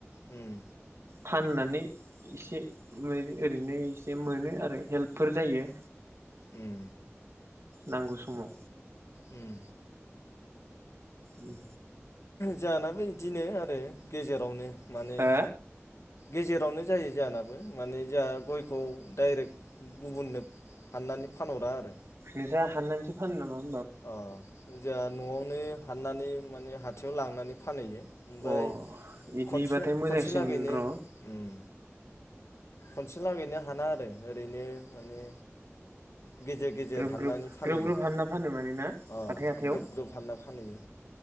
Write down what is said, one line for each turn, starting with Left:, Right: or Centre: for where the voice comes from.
Left: उम
Right: फाननानै एसे ओरैनो एसे मोनो आरो हेल्पफोर जायो
Left: उम
Right: नांगौ समाव
Left: उम
Right: उम
Left: जाहानाबो इदिनो आरो गेजेरावनो माने
Right: हो अ
Left: गेजेरावनो जायो जोहाना माने जोंहा गयखौ डाइरेक्ट गुबुननो हाननानै फानहरा आरो
Right: निजा हाननानैसो फानो नामा हो
Left: अ जोंहा न'आवनो हाननानै माने हा थायाव लांनानै फानहैयो ओमफ्राय
Right: अ बिदिबाथाय
Left: खनसे
Right: मोजांसिन
Left: खनसे लागैनो
Right: र'
Left: उम खनसे लागैनो हाना आरो ओरैनो माने गेजेर गेजेर
Right: ग्रोब-ग्रोब
Left: हाननानै फानहैयो
Right: ग्रोब-ग्रोब हानना फानो माने ना
Left: अ
Right: हाथाय-हाथायाव
Left: ग्रोब ग्रोब हानना फानहैयो